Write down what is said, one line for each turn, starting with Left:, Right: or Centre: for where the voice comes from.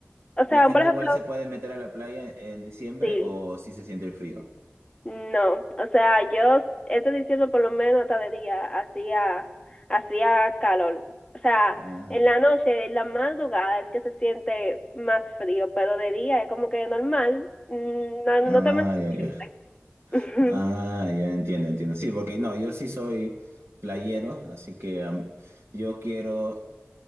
Left: O
Right: la
Left: sea,
Right: gente
Left: por ejemplo,
Right: igual se puede meter a la playa en diciembre
Left: sí,
Right: o si se siente el frío.
Left: no. O sea, yo este diciembre por lo menos hasta de día hacía, hacía calor. O sea,
Right: Ah,
Left: en la noche, en la madrugada es que se siente más frío, pero de día es como que normal. Mm, No,
Right: ah,
Left: no tan
Right: ya,
Left: siempre.
Right: ya.
Left: <laughs>
Right: Ah, ya entiendo, entiendo. Sí, porque no, yo sí soy playero, así que am, yo quiero